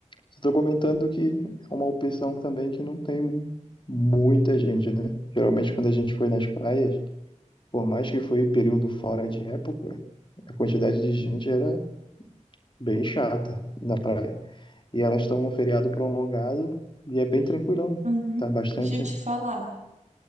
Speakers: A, on the left (about 40°); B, on the right (about 65°).
A: só estou comentando que é uma opção também que não tem muita gente, né? Geralmente quando a gente foi nas praias, por mais que foi período fora de época, a quantidade de gente era bem chata na praia. E elas estão num feriado prolongado e é bem
B: Ju-
A: tranquilão.
B: Uhum.
A: Tá bastante.
B: Deixa eu te falar.